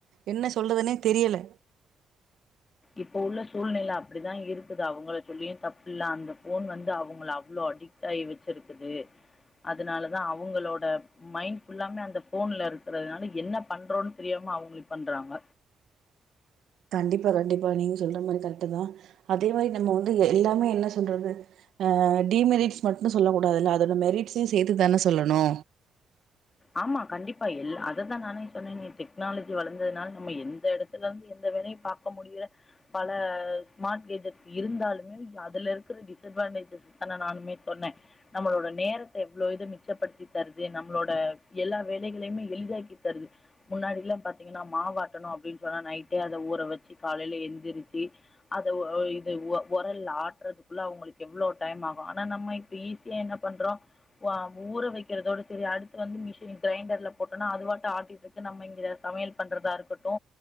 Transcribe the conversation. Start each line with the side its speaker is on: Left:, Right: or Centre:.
Right: என்ன சொல்றதுன்னே தெரியல
Left: இப்போ உள்ள சூழ்நில அப்படிதா இருக்குது அவங்கள சொல்லியு தப்புல்ல அந்த ஃபோன் வந்து அவங்கல அவ்லோ அடிக்ட் ஆகி வச்சிருக்குது அதனாலதா அவங்களோட மைண்ட் ஃபுல்லாமே அந்த போன்ல இருக்கறிறதுனால என்ன பண்றோன் தெரியாம அவங்களு பண்றாங்க
Right: கண்டிப்பா கண்டிப்பா நீங்க சொல்ற மாரி கரெக்ட் தா அதே மாரி நம்ம வந்து ஏ எல்லாமே என்ன சொல்றது அஹ் டிமெரிட்ஸ் மட்டு சொல்ல கூடாதுல்ல அதோட மெரிட்ஸையு சேத்துதானே சொல்லணு
Left: ஆமா கண்டிப்பா எல் அததா நானே சொன்னனே டெக்னாலஜி வளந்ததுனால நம்ம எந்த எடத்துலருந்து எந்த வேளையும் பாக்க முடியிற பல ஸ்மார்ட் கேஜட்ஸ் இருந்தாலுமே அதுல இருக்கிற டிஸ்அட்வான்டேஜஸ் தான நானுமே சொன்ன நம்மளோட நேரத்த எவ்வளோ இது மிச்சப்படுத்தி தருது நம்மளோட எல்லா வேலைகளையுமே எளிதாக்கி தருது முன்னாடி எல்லா பாத்தீங்கன்னா மாவாட்டணு அப்படின்னு சொன்னா நைட்டே அத ஊற வச்சு காலைல எழுந்திரிச்சு அதை இது உரல்ல ஆட்டுறதுக்குள்ள அவங்களுக்கு எவ்வளவு டைம் ஆகும் ஆனா நம்ம இப்ப ஈஸியா என்ன பண்றோம் ஊற வைக்கிறதோட சரி அடுத்து வந்து கிரைண்டர்ல போட்டோனா அதுவாட்ட ஆட்டிட்டு இருக்கு நம்ம இங்க சமையல் பண்றதா இருக்கட்டு